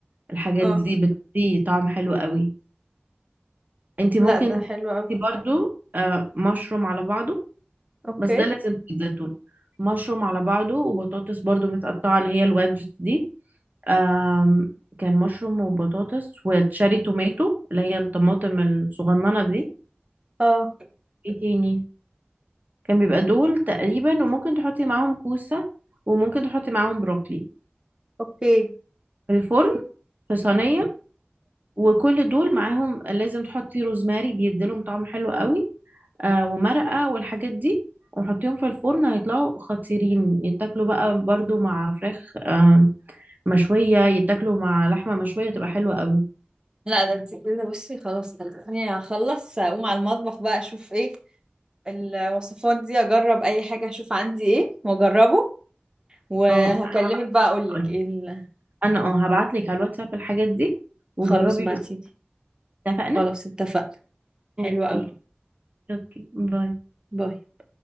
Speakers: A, on the right; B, on the right.
A: الحاجات
B: اه
A: دي بتدي طعم حلو قوي انت ممكن
B: لا ده حلو
A: تحطي
B: قوي
A: برضو آه مشروم على بعضه
B: اوكي
A: بس ده لازم في الزيتون مشروم على بعضه وبطاطس برضو متقطعة اللي هي الوادجز دي آم كان مشروم وبطاطس وتشاري توماتو اللي هي الطماطم الصغننة دي
B: اه
A: ايه تاني كان بيبقى دول تقريبا وممكن تحطي معاهم كوسة وممكن تحطي معاهم بروكلي
B: اوكي
A: في الفرن في صينية وكل دول معاهم لازم تحطي روزماري بيديلهم طعم حلو قوي آه ومرقة والحاجات دي وحطيهم في الفرن هيطلعوا خطيرين يتاكلوا بقى برضو مع فراخ آه مشوية يتاكلوا مع لحمة مشوية تبقى حلوة قوي
B: لا ده انت كده بصي خلاص خلصني هخلص اقوم على المطبخ بقى اشوف ايه الوصفات دي اجرب اي حاجة اشوف عندي ايه واجربه وهكلمك
A: اه
B: بقى اقولك
A: هقولك.
B: ايه ال-
A: انا اه هبعتلك على الواتساب الحاجات دي وجربي
B: خلاص ابعتيلي
A: اتفقنا
B: خلاص اتفقنا حلو
A: اوكي
B: قوي
A: اوكي باي
B: باي